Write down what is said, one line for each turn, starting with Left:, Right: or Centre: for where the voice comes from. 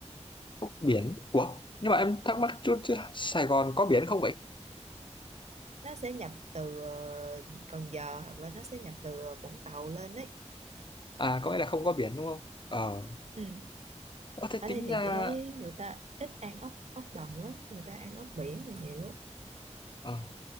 Left: ốc biển. Ủa, nhưng mà em thắc mắc chút chứ Sài Gòn có biển không vậy?
Right: nó sẽ nhập từ ờ, Cần Giờ hoặc là nó sẽ nhập từ Vũng Tàu lên đấy
Left: À, có nghĩa là không có biển đúng không? Ờ,
Right: ừ.
Left: có thế
Right: ở
Left: tính
Right: đây thì
Left: ra...
Right: chị thấy người ta ít ăn ốc ốc đồng lắm người ta ăn ốc biển là nhiều á
Left: ờ,